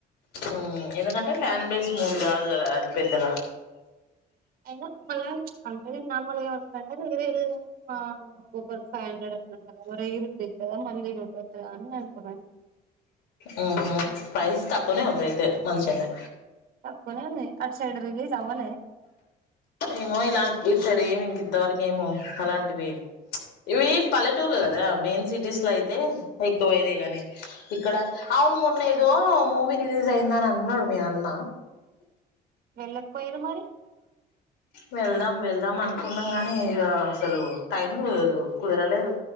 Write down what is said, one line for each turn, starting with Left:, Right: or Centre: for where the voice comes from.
Left: ఉమ్ ఎందుకంటే ఫ్యాన్ బేస్ మూవీ కాదు కదా అది పెద్దగా
Right: అయిన <unintelligible> <unintelligible> నార్మల్ గా ఏమనుకున్నా అంటే రీ రిలీజ్ అంటే మా <inaudible> ఒక్కొక్కరికి ఫైవ్ హండ్రెడ్ అట్లా అంట కదా <unintelligible> కదా మళ్ళీ చూద్దాం కదా అని అనుకున్నాను
Left: ఉహు ప్రైజెస్ తక్కువనే ఉంది అయితే మంచిగనే
Right: తప్పకు అట్ సైడ రిలీ అవాలే
Left: ఏమో ఇలా ఇక్కడ సైడ్ ఏమి ఇంకంతవరకు ఏమో అలాంటివి ఇవి పల్లెటూర్లు కదా మెయిన్ సిటీస్ లో అయితే ఎక్కువైద గాని ఇక్కడ అవును మొన్న ఏదో మూవీ రిలీజ్ అయిందా అని అన్నాడు మీ అన్న
Right: వెళ్ళకపొయిరు మరి
Left: వెళ్దాం వెళ్దాం అనుకున్నాం గానీ ఇక అసలు టైము కుదరలేదు